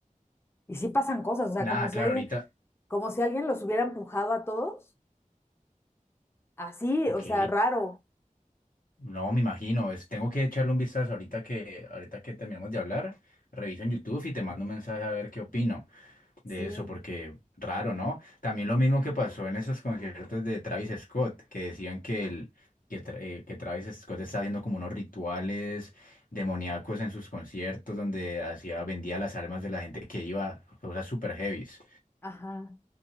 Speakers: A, on the left; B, on the left.
A: Y sí pasan cosas, o sea,
B: Nada,
A: como si
B: claro,
A: alguien,
B: ahorita.
A: como si alguien los hubiera empujado a todos, así,
B: Ok,
A: o sea, raro,
B: no, me imagino, es- tengo que echarle un vistazo ahorita que, ahorita que terminamos de hablar, reviso en YouTube y te mando un mensaje a ver qué opino de
A: sí.
B: eso, porque raro, ¿no? También lo mismo que pasó en esos conciertos de Travis Scott, que decían que, el, que, Tra- eh, que Travis Scott está haciendo como unos rituales demoníacos en sus conciertos, donde hacía, vendía las almas de la gente que iba, cosas super heavies.
A: Ajá.